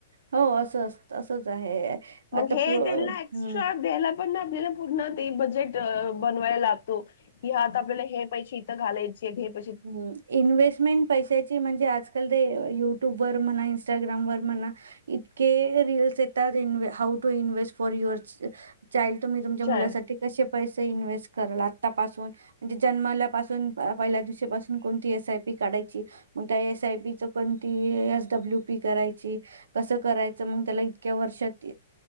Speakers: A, on the right (about 85°); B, on the left (about 65°).
A: हो असं असंच आहे
B: मग
A: आता
B: हे
A: प्रो
B: त्यांना एक्स्ट्रा
A: हं.
B: द्यायला पण आपल्याला पूर्ण ते बजेट बनवायला लागतो कि आ आपल्याला हे इथं घायची घ
A: हम् इन्हेस्टमेंट पैशाची म्हणजे आजकाल ते युट्यूब वर म्हणा इंस्टाग्राम वर म्हणा इतके रीलल्स येतात इ how to invest for your चाल तु मी तुमच्या
B: छान.
A: मुलासाठी कसे पैसे इन्व्हेस्ट क आतापासून म्हणजे जन्मल्यापासून पहिल्या पासून कोणती एस आय पी काढायची मग त्या एसआय पी च पण ती एसडब्ल्यू पी करायची कसं करायचं मग त्याला इतक्या वर्षात